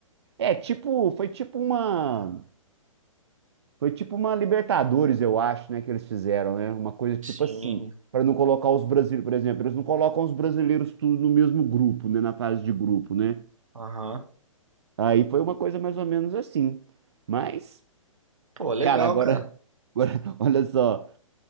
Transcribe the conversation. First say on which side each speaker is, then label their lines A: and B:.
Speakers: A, on the right; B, on the right.
A: É, tipo, foi tipo uma, foi tipo uma Libertadores, eu acho, né, que eles fizeram, né? Uma coisa
B: Sim.
A: tipo assim, para não colocar os brasileiros, por exemplo, eles não colocam os brasileiros tudo no mesmo grupo, né, na fase de grupo, né?
B: Aham.
A: Aí foi uma coisa mais ou menos assim. Mas
B: Pô, legal,
A: Cara, agora,
B: cara.
A: agora, <laughs> olha só,